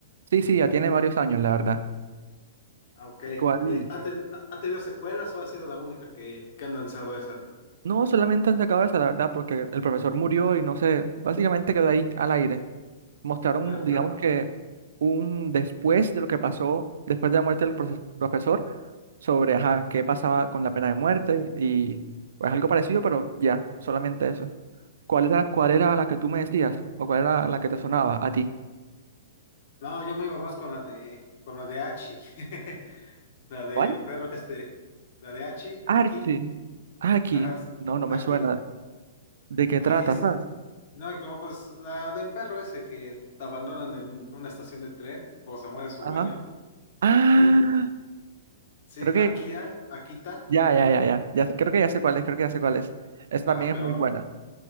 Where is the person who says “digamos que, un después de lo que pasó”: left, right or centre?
Right